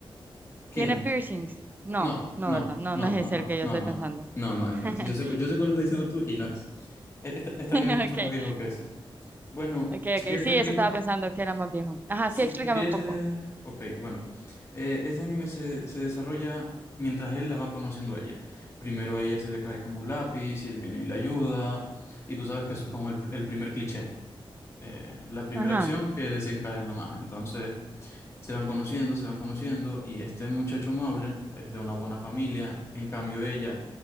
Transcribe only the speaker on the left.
¿Quién?
No,
no,
no,
no, no,
no,
no,
no, no es,
no es. Yo sé, yo sé cuál estás diciendo tú y no es. E- Este, este
anime es mucho más viejo que ese. Bueno,
si
quieres
te explico,
un-
si,
si quieres,
eh, ok, bueno. Eh, ese anime se, se desarrolla mientras él la va conociendo a ella. Primero a ella se le cae como un lápiz y él viene y la ayuda. Y tú sabes que eso es como el, pr- el primer cliché. eh, la primera
acción que desencadena más. Entonces, se van conociendo, se van conociendo y este muchacho amable es de una buena familia. En cambio, ella,